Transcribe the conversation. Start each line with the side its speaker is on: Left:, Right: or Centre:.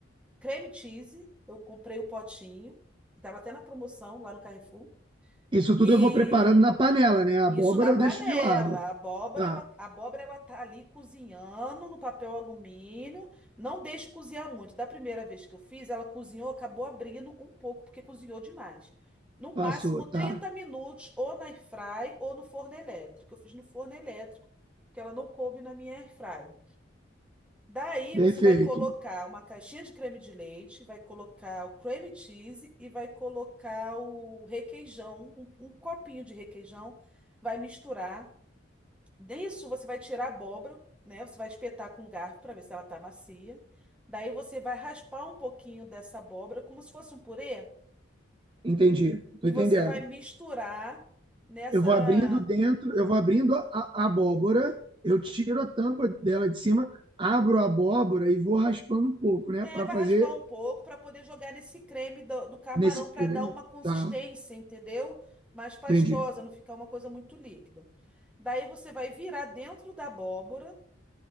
Centre: creme cheese, eu comprei o potinho, que estava até na promoção lá no Carrefour.
Right: isso tudo
Centre: E
Right: eu vou preparando na panela, né? A
Centre: isso
Right: abóbora
Centre: na
Right: eu
Centre: panela.
Right: deixo de lado.
Centre: A abóbora,
Right: Tá,
Centre: ela, a abóbora, ela tá ali cozinhando no papel alumínio. Não deixe cozinhar muito. Da primeira vez que eu fiz, ela cozinhou, acabou abrindo um pouco, porque cozinhou demais. No
Right: passou,
Centre: máximo
Right: tá.
Centre: 30 minutos, ou na airfry ou no forno elétrico. Eu fiz no forno elétrico, porque ela não coube na minha airfry. Daí
Right: Perfeito.
Centre: você vai colocar uma caixinha de creme de leite, vai colocar o cream cheese e vai colocar o requeijão, um, um copinho de requeijão, vai misturar. Disso você vai tirar a abóbora, né? Você vai espetar com um garfo para ver se ela tá macia. Daí você vai raspar um pouquinho dessa abóbora como se fosse um purê
Right: Entendi, tô
Centre: e
Right: entendendo.
Centre: você vai misturar nessa
Right: Eu vou abrindo dentro, eu vou abrindo a, a abóbora, eu tiro a tampa dela de cima, abro a abóbora e vou raspando um pouco, né?
Centre: É,
Right: Para
Centre: vai
Right: fazer
Centre: raspar um pouco para poder jogar nesse creme do, do camarão
Right: nesse.
Centre: para
Right: cre-
Centre: dar uma consistência,
Right: Tá,
Centre: entendeu? Mais pastosa,
Right: entendi.
Centre: não ficar uma coisa muito líquida. Daí você vai virar dentro da abóbora